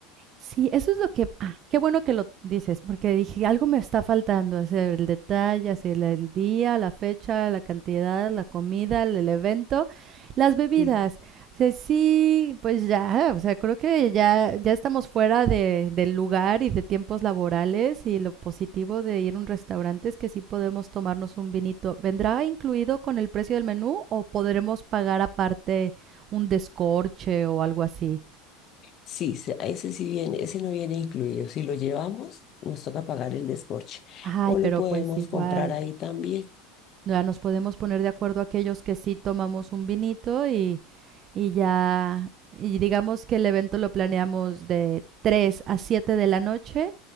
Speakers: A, on the right; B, on the left.
A: Sí, eso es lo que, ah, qué bueno que lo dices, porque dije, algo me está faltando, hacer el detalle, hacer la- el día, la fecha, la cantidad, la comida, el, el evento, las bebidas.
B: Sí,
A: O sea, sí, pues ya, o sea, creo que ya, ya estamos fuera de, del lugar y de tiempos laborales y lo positivo de ir a un restaurante es que sí podemos tomarnos un vinito. ¿Vendrá incluido con el precio del menú o podremos pagar aparte un descorche o algo así?
B: Sí, se- a ese sí viene, ese no viene incluido. Si lo llevamos, nos toca pagar el descorche.
A: Ay,
B: O lo
A: pero
B: podemos
A: pues igual.
B: comprar ahí también.
A: ya nos podemos poner de acuerdo aquellos que sí tomamos un vinito y, y ya, y digamos que el evento lo planeamos de 3 a 7 de la noche